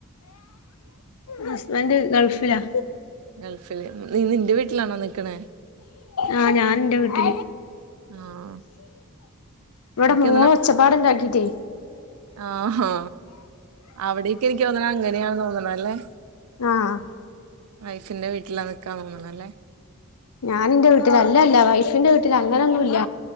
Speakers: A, on the left (about 80°); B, on the right (about 80°).
A: ഹസ്ബൻ്റ് ഗൾഫ്‌ലാ
B: ഗൾഫില് നീ നിന്റെ വീട്ട്ലാണോ നിക്ക്ണേ
A: ആഹ് ഞാന് ഇന്റെ വീട്ടില്
B: ആഹ്
A: ഇവടെ
B: എനിക്ക്
A: മോള് ഒച്ചപ്പാട്ണ്ടാക്കിട്ടേ
B: ആഹ് ഹാ അവിടേക്ക് എനിക്കൊന്ന്ണെ അങ്ങനെയാണ്‌ തോന്ന്ണല്ലേ
A: ആഹ്
B: വൈഫിന്റെ വീട്ടിലാ നിക്കാ തോന്ന്ണല്ലേ
A: ഞാന് ഇന്റെ വീട്ടിലാ അല്ലല്ല വൈഫിന്റെ വീട്ടില് അങ്ങനൊന്നുല്ല